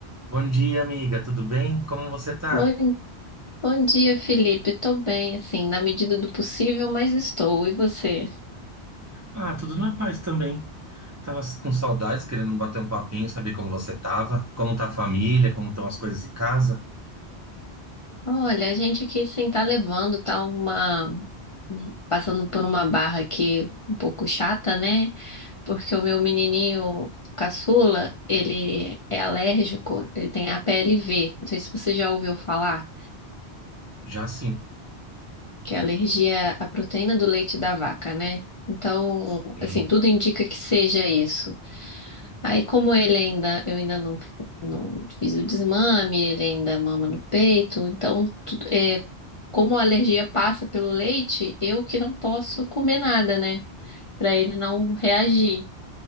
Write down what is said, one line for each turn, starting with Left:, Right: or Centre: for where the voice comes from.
Right: Bom dia, amiga. Tudo bem? Como você tá?
Left: Bom, bom dia, Felipe. Tô bem, assim, na medida do possível, mas estou. E você?
Right: Ah, tudo na paz também. Tava com saudades, querendo bater um papinho, saber como você tava, como tá a família, como estão as coisas em casa.
Left: Olha, a gente aqui sem tá levando, tá uma. um, Passando por uma barra aqui um pouco chata, né? Porque o meu menininho caçula, ele é alérgico, ele tem a P L V. Não sei se você já ouviu falar,
Right: Já sim.
Left: que é alergia à proteína do leite da vaca, né? Então,
Right: Sim.
Left: assim, tudo indica que seja isso. Aí, como ele ainda, eu ainda não, não fiz o desmame, ele ainda mama no peito, então, tu- é, como a alergia passa pelo leite, eu que não posso comer nada, né? Pra ele não reagir.